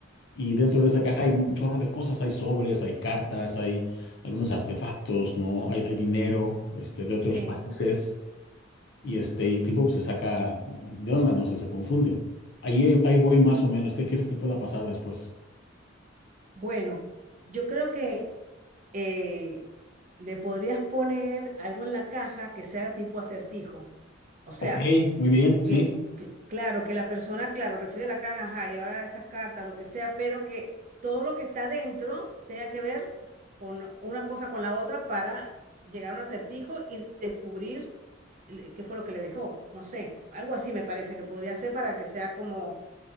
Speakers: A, on the left (about 60°); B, on the right (about 40°).
A: Y dentro de esa
B: ok,
A: caja hay un chorro de cosas, hay sobres, hay cartas, hay algunos artefactos, ¿no? Hay, hay dinero, este, de otros
B: sí.
A: países. Y este, y el tipo pues, se saca de onda, no sé, se confunde. Ahí, ahí, ahí voy más o menos. ¿Qué quieres que pueda pasar después?
B: Bueno, yo creo que eh, le podrías poner algo en la caja que sea tipo acertijo. O sea,
A: Ok, muy bien, sí.
B: que, que- claro, que la persona, claro, recibe la caja, ajá, y ahora estas cartas, lo que sea, pero que todo lo que está dentro tenga que ver con una cosa con la otra para llegar a un acertijo y descubrir el- qué fue lo que le dejó. No sé, algo así me parece que podría ser para que sea como,